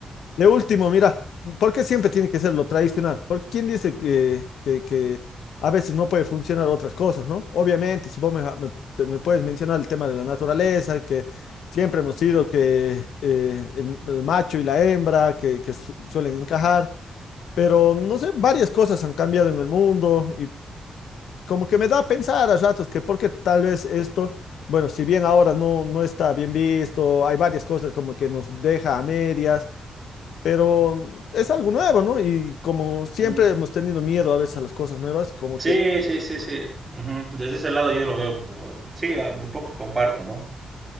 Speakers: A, on the left; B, on the right.
A: de último, mira, ¿por qué siempre tiene que ser lo tradicional? ¿Por quién dice que, que, que a veces no puede funcionar otras cosas, ¿no? Obviamente, si vos me, me- te- me puedes mencionar el tema de la naturaleza, que siempre hemos sido que eh, el, el macho y la hembra, que, que su- suelen encajar. Pero no sé, varias cosas han cambiado en el mundo y como que me da a pensar a ratos que porque tal vez esto, bueno, si bien ahora no, no está bien visto, hay varias cosas como que nos deja a medias, pero es algo nuevo, ¿no? Y como siempre
B: Mm,
A: hemos tenido miedo a veces a las cosas nuevas, como
B: Sí,
A: que
B: sí, sí, sí. Ujú, Desde ese lado yo lo veo, pu- sí, a- un poco comparto, ¿no?